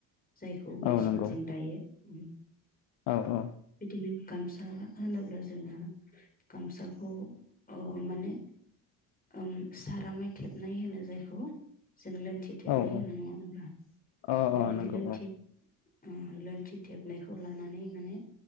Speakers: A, on the left (about 20°); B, on the left (about 65°).
A: जायखौ मेचिनजों
B: औ नंगौ
A: दायो। उम
B: औ औ
A: उम गामसा होनोब्ला जोङो गामसाखौ ओ माने ओम सारामाय थेबनाय होनो जायखौ जों लोनथि थेबनाय
B: औ
A: होनाय
B: औ
A: नङा होनबा
B: अ
A: माने
B: अ नंगौ
A: लोनथि उम लोनथि थेबनायखौ लानानै माने